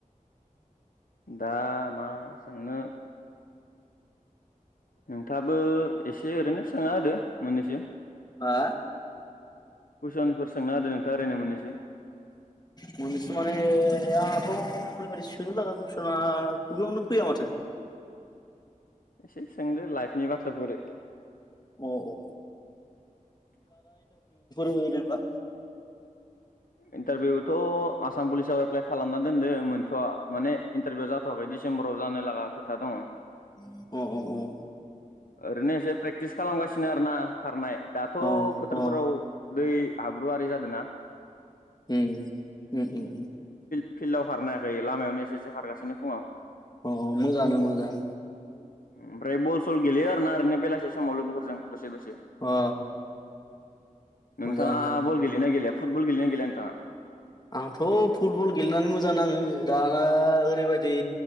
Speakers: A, on the left; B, on the left.
A: दा मा सोंनो। नोंथाङाबो एसे ओरैनो सोंना होदो। मोननैसौ
B: हा
A: कुइसनफोर सोंना होदो नोंथाङा ओरैनो मोनैसो
B: मोननैसो माने आंहथ' ओरैबो सोंनो लागा कुसना खुगायावनो फैया माथो।
A: एसे सोंदो लाइफ नि बाथ्राफोरो
B: औ औ।
A: <inaudible>
B: होदोंबा
A: इन्टारभिउथ' आसाम पुलिसाव एप्लाइ खालामना दोनदो मोनथ'वा माने इन्टारभिउ जाथ'वाखै डिसेम्बराव जानो लागा खोथा दङ
B: अ अ अ
A: ओरैनो एसे प्रेकटिस खालामगासिनो आरोना खारनाय दाथ'
B: अ
A: टारफोराव
B: अ
A: दै हाब्रुआरि जादों ना?
B: उम उम उम उम
A: फिल्डआव खारनो हायाखै लामायावनो एसे एसे खारगासिनो फुङाव
B: अ मोजाङानो मोजाङानो
A: ओमफ्राय बल सल गेलेयो आरोना ओरैनो बेलासे समाव लोगोफोरजों दसे दसे
B: अ
A: नोंथाङा
B: मोजाङानो
A: बल गेलेयो ना गेलेया फुटबल गेलयो ना गेलेया नोंथाङा
B: आंथ' फुटबल गेलेनानै मोजां नाङो दा ओ ओरैबायदि